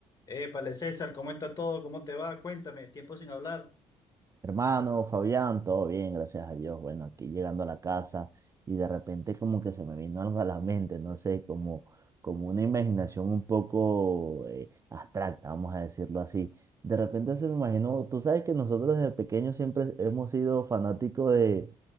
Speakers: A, on the left (about 35°); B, on the right (about 25°).
A: Épale, César, ¿cómo está todo? ¿Cómo te va? Cuéntame, tiempo sin hablar.
B: Hermano, Fabián, todo bien, gracias a Dios. Bueno, aquí llegando a la casa y de repente como que se me vino algo a la mente, no sé, como, como una imaginación un poco eh, abstracta, vamos a decirlo así. De repente se me imaginó, tú sabes que nosotros desde pequeños siempre hemos sido fanáticos de,